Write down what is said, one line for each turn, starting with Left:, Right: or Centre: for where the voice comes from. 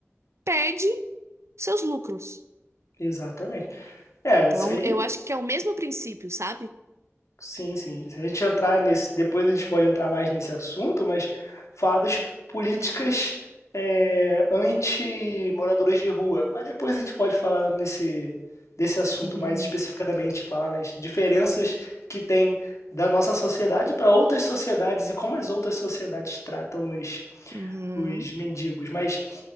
Right: perde seus lucros.
Left: exatamente. É,
Right: Então,
Left: isso aí
Right: eu acho que é o mesmo princípio, sabe?
Left: Sim, sim. Se a gente entrar nesse, depois a gente pode entrar mais nesse assunto, mas fadas políticas eh, anti-moradores de rua. Mas depois a gente pode falar nesse, desse assunto
Right: Uhum.
Left: mais especificadamente, falar nas diferenças que tem da nossa sociedade para outras sociedades e como as outras sociedades tratam os,
Right: Uhum.
Left: os mendigos. Mas